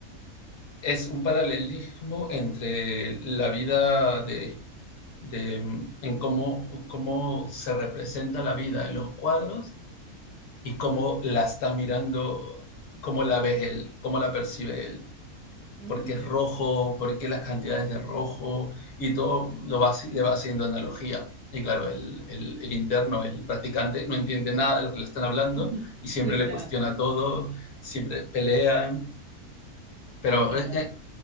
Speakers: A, on the left; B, on the right.
A: es un paralelismo entre la vida de, de mm, en cómo, cómo se representa la vida en los cuadros y cómo la está mirando, cómo la ve él, cómo la percibe él.
B: Mm.
A: por qué es rojo, por qué las cantidades de rojo, y todo lo va, le va haciendo analogía. Y claro, el, el, el, interno, el practicante, no entiende nada de lo que le están hablando
B: <laughs>
A: y siempre
B: Sí,
A: le
B: claro.
A: cuestiona todo, siempre pelean, pero
B: Ah, ya.
A: es,